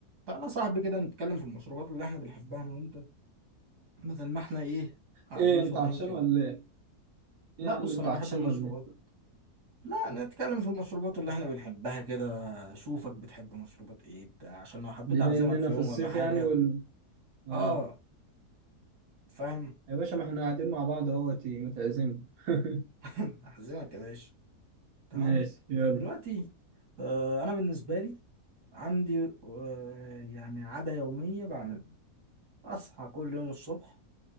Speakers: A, on the right; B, on the right.
A: تعالى يا صاحبي كده نتكلم في المشروبات اللي احنا بنحبها انا وانت بدل ما احنا ايه قاعدين
B: ايه انت
A: فاضيين
B: عطشان
A: كده
B: ولا ايه؟
A: لا
B: ايه يا عم
A: بص
B: انت
A: انا بحب
B: عطشان
A: المشروبات
B: ولا ايه؟
A: لا نتكلم في المشروبات اللي احنا بنحبها كده اشوفك بتحب مشروبات ايه بتاع عشان لو حبيت
B: بما
A: اعزمك
B: اننا
A: في يوم
B: في الصيف
A: ولا حاجة
B: يعني وال اه
A: اه فاهم
B: يا باشا ما احنا قاعدين مع بعض اهوت متعزم <laughs>
A: <laughs> اعزمك يا باشا تمام
B: ماشي يلا
A: دلوقتي آه انا بالنسبة لي عندي آه يعني عادة يومية بعملها اصحى كل يوم الصبح